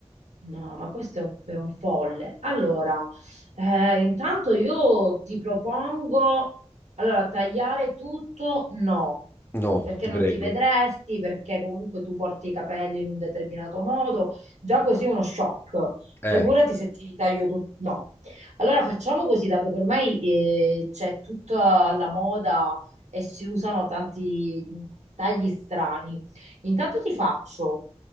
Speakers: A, on the right (about 80°); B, on the left (about 20°).
A: No, ma questo è un, è un folle. Allora, eh, intanto io ti propongo, allora, tagliare tutto? No,
B: No,
A: perché
B: ti
A: non
B: prego.
A: ti vedresti, perché comunque tu porti i capelli in un determinato modo, già così è uno shock.
B: Eh.
A: Figurati se ti taglio tutto. No. Allora facciamo così, dato che ormai eh, c'è tutta la moda e si usano tanti mm, tagli strani. Intanto ti faccio